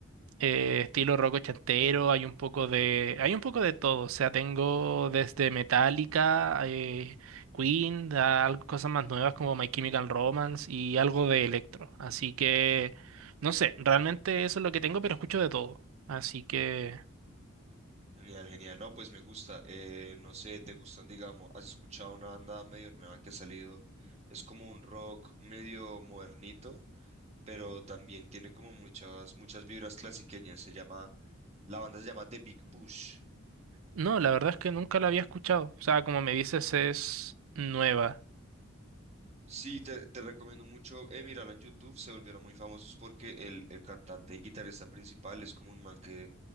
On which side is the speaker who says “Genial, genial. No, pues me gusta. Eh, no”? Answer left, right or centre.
Right